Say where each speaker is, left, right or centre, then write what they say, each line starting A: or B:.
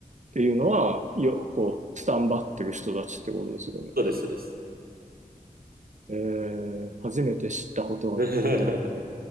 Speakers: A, on the right; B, on the right.
A: ていうのは、よ、
B: うん
A: こう、スタンバってる人たちってことですよね。
B: そうです、そうです。
A: えー、初めて知ったこと
B: <laughs>